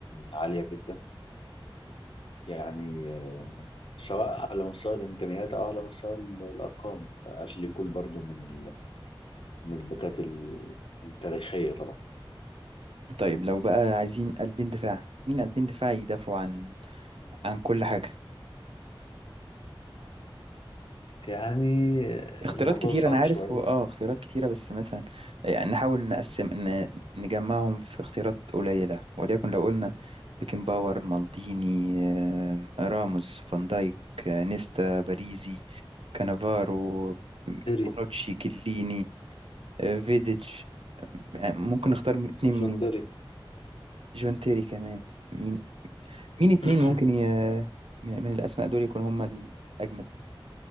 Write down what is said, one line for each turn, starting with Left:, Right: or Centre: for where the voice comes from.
Left: العالية جدا يعني آه، سواء على مستوى الإمكانيات أو على مستوى ال- الأرقام أشلي كول برضو من ال... من الباكات ال- التاريخية طبعا
Right: طيب لو بقى عايزين قلبين دفاع مين قلبين دفاع يدافعوا عن عن كل حاجة
Left: يعني
Right: اختيارات
Left: الموضوع
Right: كتيرة
Left: صعب
Right: أنا عارف
Left: شوية
Right: و- اه اختيارات كتيرة بس مثلا يعني نحاول نقسم ن... نجمعهم في اختيارات قليلة وليكن لو قلنا بيكنباور مالديني آه، راموس فان دايك آه، نيستا باريزي كانافارو
Left: تيري
Right: بونوتشي كيليني آه، فيديتش يعني ممكن نختار من- اتنين مين
Left: جون تيري
Right: جون تيري كمان مين مين اتنين
Left: <clears throat>
Right: ممكن ي... من... من الأسماء دول يكون هما الأجمد